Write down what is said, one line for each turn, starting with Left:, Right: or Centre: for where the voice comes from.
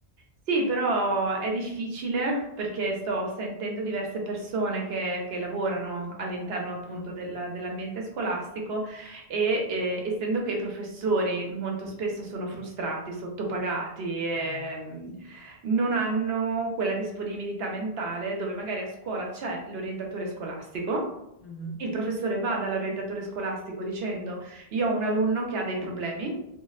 Right: Sì, però è difficile perché sto sentendo diverse persone che, che lavorano all'interno appunto
Left: Mm.
Right: della- dell'ambiente scolastico e eh, essendo che i professori molto spesso sono frustrati, sottopagati e
Left: Eh,
Right: mm,
Left: sì.
Right: non hanno quella disponibilità mentale dove magari a scuola c'è l'orientatore scolastico.
Left: Mhm,
Right: Il professore va dall'orientatore scolastico dicendo io ho un alunno che ha dei problemi.